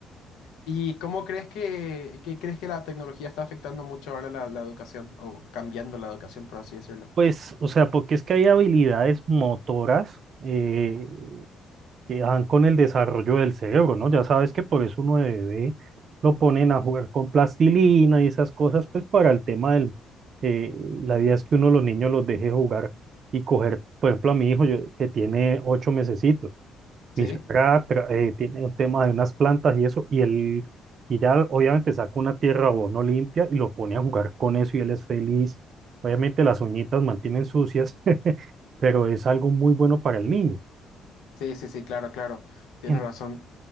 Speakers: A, on the left; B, on the right.
A: ¿Y cómo crees que, que crees que la tecnología está afectando mucho ahora la, la educación o cambiando la educación, por así decirlo?
B: Pues, o sea, porque es que hay habilidades motoras. eh, que dan con el desarrollo del cerebro, ¿no? Ya sabes que por eso uno de bebé lo ponen a jugar con plastilina y esas cosas, pues para el tema del, eh, la idea es que uno de los niños los deje jugar y coger, por ejemplo, a mi hijo yo- que tiene ocho mesecitos,
A: Sí,
B: mi suegra tra- eh, tiene un tema de unas plantas y eso, y él, y ya obviamente saca una tierra o no limpia y lo pone a jugar con eso y él es feliz. Obviamente las uñitas mantienen sucias, <laughs> pero es algo muy bueno para el niño.
A: sí, sí, sí, claro, claro, tienes
B: En-
A: razón.